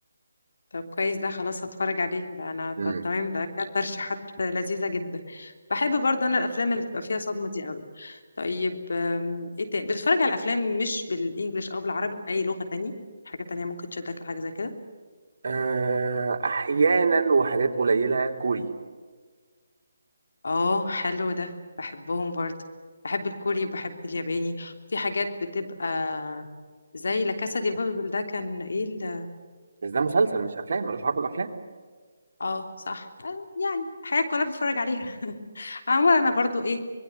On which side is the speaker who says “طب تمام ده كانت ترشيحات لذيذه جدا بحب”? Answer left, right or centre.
Left